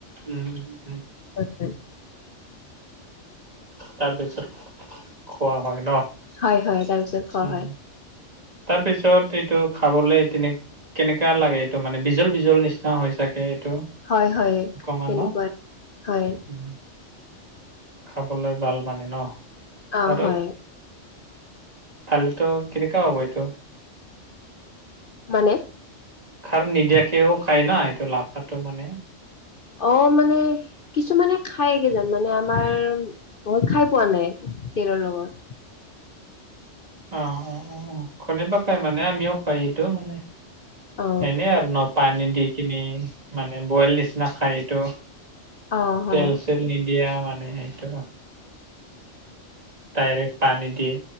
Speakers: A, on the right (about 30°); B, on the left (about 50°).
A: উম উম উম
B: হয় হয়
A: তাৰ পিছত খোৱা হয় ন।
B: হয় হয় তাৰ পিছত খোৱা হয়।
A: তাৰপিছত এইটো খাবলে তেনে- কেনেকা লাগে? এইটো মানে বিজল বিজল নিচিনা হয় চাগে এইটো।
B: হয় হয়
A: অকমান
B: তেনেকুৱা
A: ন
B: হয়।
A: উম, খাবলৈ ভাল মানে ন
B: অ
A: আৰু।
B: হয়
A: খালেতো কেনেকা হ'ব এইটো?
B: মানে
A: খাৰ নিদিয়াকেও খায় না এইটো লাফাটো মানে।
B: অ মানে কিছুমানে খায় কিযান মানে আমাৰ খাই পোৱা নাই। তেলৰ লগত।
A: অঁ অঁ অঁ অঁ খন পৰা কাই মানে আমিও কয় এইটো মানে।
B: অ
A: এনেই আৰু ন পানী দি কিনি মানে বইল নিচিনা খাই এইটো।
B: অ হয়
A: তেল চেল নিদিয়া মানে সেইটো। ডাইৰেক্ট পানী দিয়ে